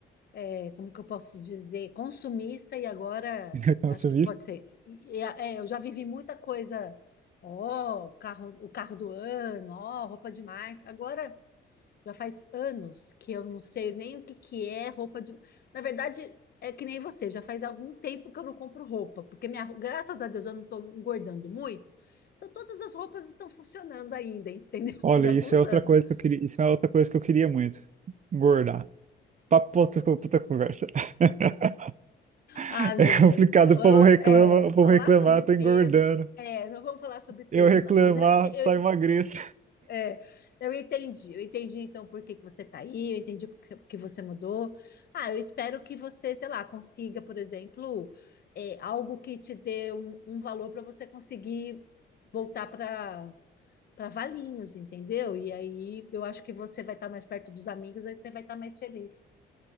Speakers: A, on the left; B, on the right.
A: é, como que eu posso dizer, consumista e agora
B: <laughs> então,
A: acho
B: assim,
A: que pode ser. E- e, é, eu já vivi muita coisa, ó, o carro, o carro do ano, ó, roupa de marca. Agora. Já faz anos que eu não sei nem o que que é roupa de. Na verdade, é que nem você, já faz algum tempo que eu não compro roupa, porque minha, ro- graças a Deus eu não estou engordando muito. Então todas as roupas estão funcionando ainda, entendeu? <laughs>
B: Olha,
A: Por alguns
B: isso é outra
A: anos.
B: coisa que eu queria, isso é outra coisa que eu queria muito. Engordar. Papo pra outra pra outra conversa. <laughs>
A: Ah, meu
B: É
A: Deus
B: complicado,
A: do céu.
B: o povo
A: Eu-
B: reclama,
A: é,
B: o povo
A: falar
B: reclamar,
A: sobre
B: tô engordando.
A: peso, é, não vamos falar sobre peso
B: Eu reclamar,
A: não, mas eu, ente- eu,
B: só emagreço.
A: É, eu entendi, eu entendi então por que que você está aí, eu entendi por que por que você mudou. Ah, eu espero que você, sei lá, consiga, por exemplo, é, algo que te dê um, um valor para você conseguir voltar para para Valinhos, entendeu? E aí eu acho que você vai estar mais perto dos amigos, aí você vai estar mais feliz.